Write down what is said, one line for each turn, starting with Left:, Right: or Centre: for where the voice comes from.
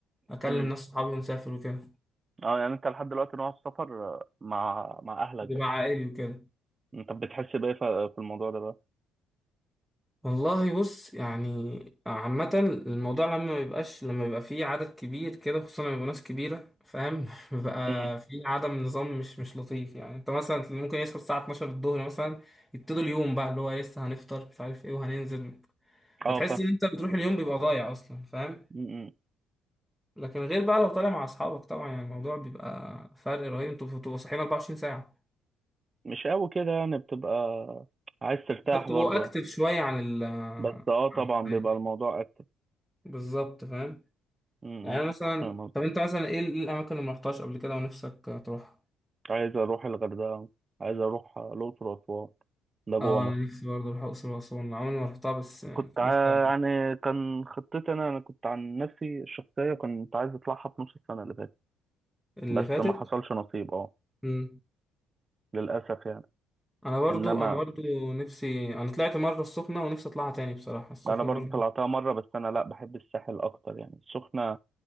Centre: اكلم
Right: مم.
Centre: ناس صحابي ونسافر وكده
Right: اه يعني انت لحد دلوقتي نوع السفر آه، مع مع اهلك
Centre: يبقى
Right: بس
Centre: عائلي وكده
Right: انت بتحس بايه ف- في الموضوع ده بقى
Centre: والله بص يعني عامة الموضوع لما ميبقاش لما بيبقى فيه عدد كبير كده خصوصا لما يبقوا ناس كبيرة فاهم <laughs> بيبقى
Right: امم.
Centre: فيه عدم نظام مش مش لطيف يعني انت مثلا ممكن يصحى الساعة 12 الظهر مثلا يبتدوا اليوم بقى اللي هو لسه هنفطر مش عارف ايه وهننزل
Right: اه
Centre: فتحس
Right: فاهم
Centre: ان انت بتروح اليوم بيبقى ضايع اصلا فاهم
Right: امم.
Centre: لكن غير بقى لو طالع مع اصحابك طبعا يعني الموضوع بيبقى فرق رهيب انتوا بتبقوا صاحيين 24 ساعة
Right: مش قوي كده يعني بتبقى عايز ترتاح
Centre: انتوا بتبقوا
Right: برضه
Centre: اكتف
Right: يعني.
Centre: شوية عن ال عن-
Right: بس اه طبعا
Centre: الحياة.
Right: بيبقى الموضوع اكتر
Centre: بالظبط فاهم
Right: امم.
Centre: يعني مثلا
Right: فاهم قصدي.
Centre: طب انت مثلا ايه ايه الاماكن اللي ما رحتهاش قبل كده ونفسك تروحها
Right: عايز اروح الغردقه عايز اروح الاقصر واسوان ده جوه
Centre: اه
Right: مصر
Centre: انا نفسي برضه اروح الاقصر واسوان عمري ما رحتها بس
Right: كنت ع-
Centre: نفسي
Right: يعني كان خطتي انا انا كنت عن نفسي الشخصيه كنت عايز اطلعها في نص السنه اللي فاتت
Centre: اللي
Right: بس
Centre: فاتت
Right: ما حصلش نصيب اه
Centre: مم.
Right: للاسف يعني
Centre: انا برضو
Right: انما
Centre: انا برضو نفسي انا طلعت مره السخنه ونفسي اطلعها تاني بصراحه السخنه
Right: انا برضو
Centre: برضو
Right: طلعتها مره بس انا لا بحب الساحل اكتر يعني السخنه